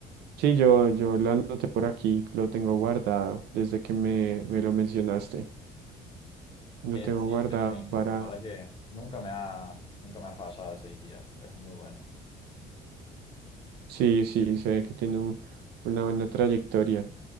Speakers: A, on the right; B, on the left.
A: Sí, yo, yo lo anoté por aquí, lo tengo guardado desde que me, me lo mencionaste. Lo
B: Eh,
A: tengo
B: sí,
A: guardado
B: ese mismo,
A: para,
B: la verdad que nunca me ha, nunca me ha fallado ese ETF, es muy bueno.
A: Sí, sí, se ve que tiene un- una buena trayectoria.